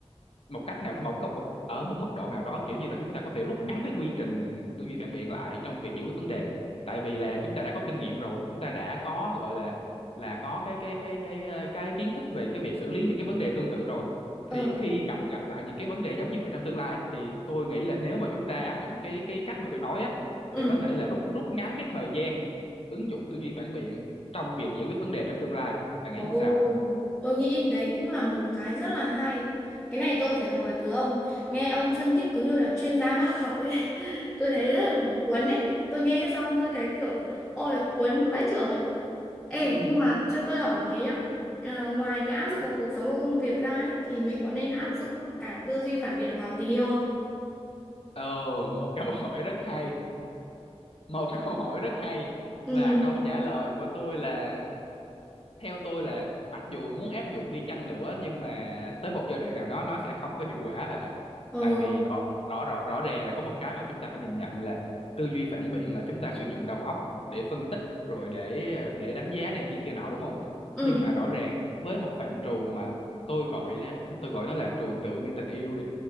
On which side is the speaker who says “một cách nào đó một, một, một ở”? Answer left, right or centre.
Left